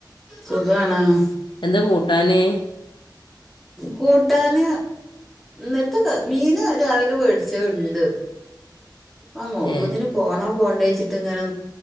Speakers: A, in the centre; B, on the left.
A: സുഖാണ്
B: എന്താ കൂട്ടാന്?
A: കൂട്ടാന്. ഇന്നലത്തെ മീന് രവലെ മേടിച്ചത് ഇണ്ട്. ആ മൗലൂദിന്
B: ഏ
A: പോണോ പോണ്ടേ ച്ചിട്ടിങ്ങനെ